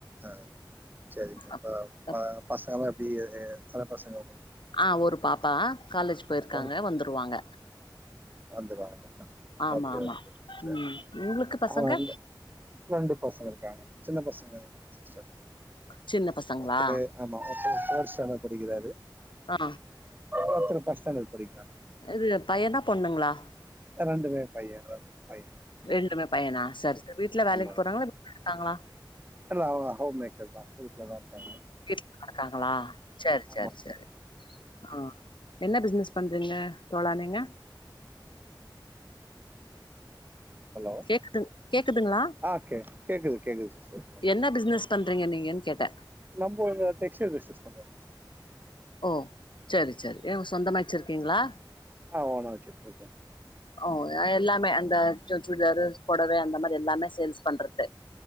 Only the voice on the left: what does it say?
அப்
அப்
ஆ ஒரு பாப்பா காலேஜ் போய்ருக்காங்க
வந்துருவாங்க
ஆமா
ஆமா
ம் உங்களுக்கு பசங்க
சின்ன பசங்களா
ஆ
இது பையனா பொண்ணுங்ளா
ரெண்டுமே பையனா சரி சரி வீட்ல வேலைக்கு
போறாங்ளா இருக்காங்ளா
வீட்லதா இருக்காங்ளா சர் சர்
சரி ஆ என்ன பிசினஸ் பண்றீங்க தோழா நீங்க
கேக்குது கேக்குதுங்களா
என்ன பிசினஸ் பண்றீங்க நீங்க கேட்ட
ஓ சேரி சேரி எங்க சொந்தமா வெச்சிருக்கீங்ளா
ஓ அ எல்லாமே அந்த சு சுடிதாரு பொடவ அந்த மாரி எல்லாமே சேல்ஸ் பண்றது